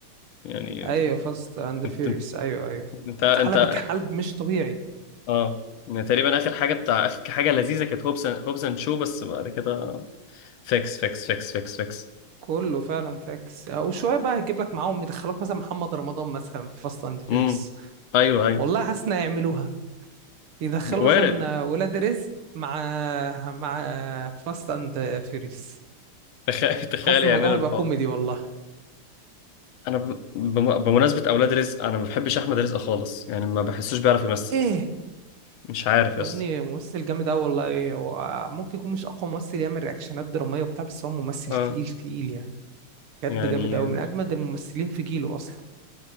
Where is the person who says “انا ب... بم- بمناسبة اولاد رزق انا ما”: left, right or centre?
Left